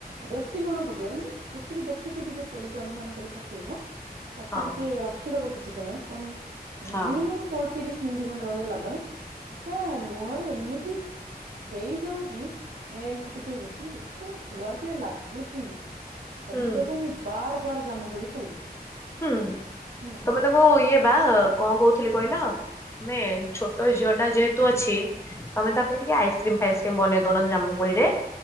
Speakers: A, on the right (about 65°); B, on the left (about 15°).
A: ବେଶୀ ଲୁଣ ପକେଇବନି ଯେତିକି ଦେଖିକି ଟିକେ କୋଳିକି ଅନୁମାନ କରି ପକେଇବ। ତାକୁ
B: ହଁ
A: ଟିକେ ରଖିଦବ କିଛି ସମୟ
B: ହଁ
A: ମିନିମମ୍ କୋ ତିରିଶ ମିନିଟ୍ ଖଣ୍ଡେ ରହିଗଲା ପରେ ସେଟା ଲୁଣରେ ଏମିତି ହେଇଯାଉଛି ମେଲ୍ଟ ଟିକେ ହେଇଯାଉଛି। ଏତେ ସୁଆଦିଆ ଲାଗୁଚି! ତମେ
B: ହୁଁ
A: କହିବ ମୁଁ ବାର୍ ବାର୍ ଜାମୁକୋଳି ଖାଇବି।
B: ହୁଁ
A: ହେଲା
B: ତମେ ତାକୁ ଇଏ ବା, କଣ କହୁଥିଲି କହିଲ, ତୁମେ ଛୋଟ ଝିଅଟା ଯେହେତୁ ଅଛି ତମେ ତା' ପାଇଁ ଟିକେ ଆଇସ୍କ୍ରିମ୍ ଫାଇସକ୍ରିମ୍ ବନେଇଦଉନ ସେ ଜାମୁ କୋଳିରେ।